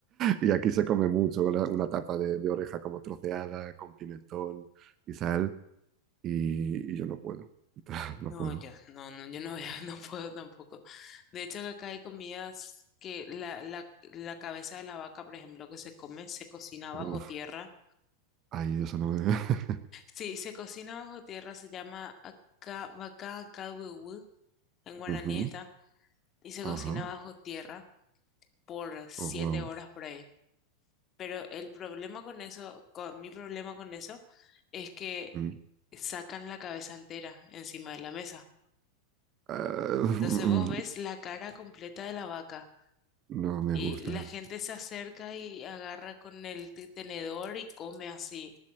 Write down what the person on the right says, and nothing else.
Y aquí se come mucho la- una tapa de, de oreja como troceada, con pimentón y sal, y, y yo no puedo. <laughs> No
puedo.
Uf,
ahí eso no me... <laughs>
Ujú,
Ajá,
oh, wow.
Mm.
Ah, <laughs>
mm,
no me
gusta.